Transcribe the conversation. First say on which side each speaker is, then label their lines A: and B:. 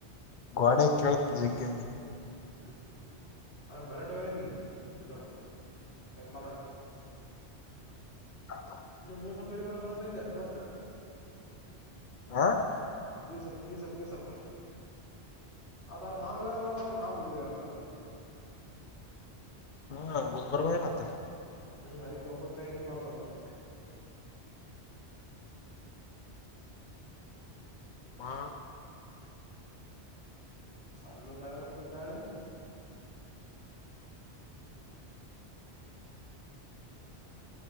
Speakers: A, on the left; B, on the left.
A: ಗೋಡೆ ಕೇಳು ಸಿಗ್ಗೆ
B: ಹ್ಮ ಅ ಭಲಟರಿ ಸತ ಕ ಮಲ
A: ಹ
B: ನೀ ಮಸ ಪರಿವಾರ ಬರ್ತಾಿಂದ ದೋಸ್ತ
A: ಆ
B: ಈ ಸಬ್ ಈ ಸಬ್ ಈ ಸಬ್ ಅದ ಅವರ ಮಾಮಗಾರ ಒಲ್ಲಬ್ರ ಮಾಮುಜಾರಂತ
A: ಹಾ ಬುಧಬರಬನತ
B: ಹ್ಮ್ ಅದಕ್ಕೆ ಒಬ್ಬ ಚೈನ ಪತಂತ
A: ಮಾ
B: ಸಣ್ಣ್ಣ ಗಳೆಲ್ಲ ಕೊ ಗಾಳೆ